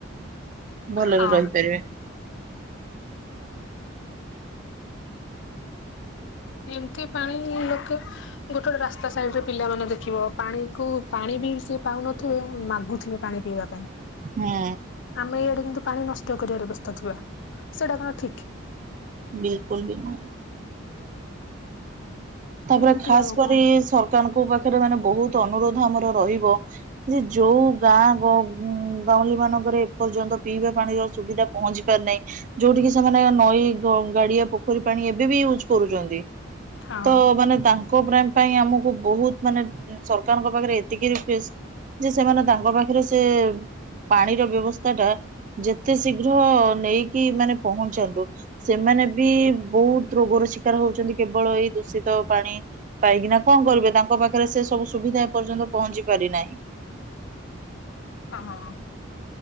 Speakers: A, on the right; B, on the left.
A: ଭଲରେ
B: ହଁ
A: ରହିପାରିବେ।
B: ହ ଏମତି ପାଣି ଲୋକେ ଗୋଟେ ଗୋଟେ ରାସ୍ତା ସାଇଡ଼ି ରେ ପିଲାମାନେ ଦେଖିବ ପାଣିକୁ ପାଣି ବି ସେ ପାଉନଥିବେ ମାଗୁଥିବେ ପାଣି। ପିଇବା ପାଇଁ।
A: ହୁଁ।
B: ଆମେ ଏଇଆଡେ କିନ୍ତୁ ପାଣି ନଷ୍ଟ କରିବାର ବ୍ୟସ୍ତ ଥିବା ସେଇଟା କଣ ଠିକ୍?
A: ବିଲକୁଲ୍ ବି ନୁହଁ। ତାପରେ
B: ଏମିତି
A: ଖାସ୍
B: ଆଉ
A: କରି
B: କଣ
A: ସରକାରଙ୍କୁ ପା <unintelligible> ମାନେ ବହୁତ୍ ଅନୁରୋଧ ଆମର ରହିବ ଯେ ଯୋଉ ଗାଁ ଗାଉଁଲି ମାନଙ୍କ ଏପର୍ଯ୍ୟନ୍ତ ପିଇବା ପାଣିର ସୁବିଧା ପହଞ୍ଚି ପାରିନାହିଁ ଯୋଉଠି କି ସେମାନେ ନଈ ଗ ଗାଡିଆ ପୋଖରୀ ପାଣି ଏବେ ବି ୟୁଜ୍ କରୁଛନ୍ତି।
B: ହଁ
A: ତ ମାନେ ତାଙ୍କ <unintelligible> ପାଇଁ ଆମକୁ ବହୁତ୍ ମାନେ ସରକାରଙ୍କ ପାଖରେ ଏତିକି ରି <unintelligible> ଯେ ସେମାନେ ତାଙ୍କ ପାଖରେ ସେ ପାଣିର ବ୍ୟବସ୍ଥା ଟା ଯେତେ ଶୀଘ୍ର ନେଇକି ମାନେ ପହଞ୍ଚାନ୍ତୁ ସେମା ମାନେ ବି ବହୁତ୍ ରୋଗର ଶିକାର ହଉଛନ୍ତି କେବଳ ଏଇ ଦୂଷିତ ପାଣି ପାଇକିନା କଣ କରିବେ ତାଙ୍କ ପାଖରେ ସେ ସବୁ ସୁବିଧା ଏପର୍ଯ୍ୟନ୍ତ ପହଞ୍ଚି ପାରିନାହିଁ।
B: ହଁ।